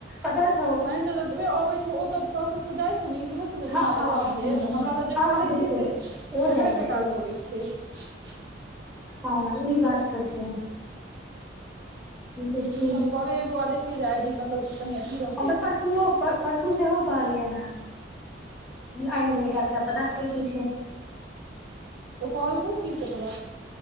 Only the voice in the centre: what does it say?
पता छै
हँ
हँ
हँ
हँ हँ
हँ
हँ बिलकुल
ओ
जाइ
छै
ह, ई बात तऽ छैय देखी
हम तऽ परसु ओ परसू सेहो कहलियनि हेँ आइन्दे बेटा सभके पता नहि कि छै